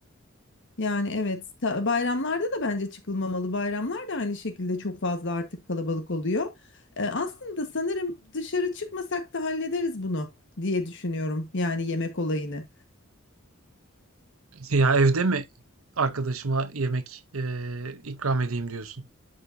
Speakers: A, on the left (about 60°); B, on the right (about 80°).
A: Yani evet ta- bayramlarda da bence çıkılmamalı. Bayramlar da aynı şekilde çok fazla artık kalabalık oluyor. Ee, aslında sanırım dışarı çıkmasak da hallederiz bunu diye düşünüyorum. Yani yemek olayını.
B: <laughs> Ya evde mi arkadaşıma yemek e, ikram edeyim diyorsun?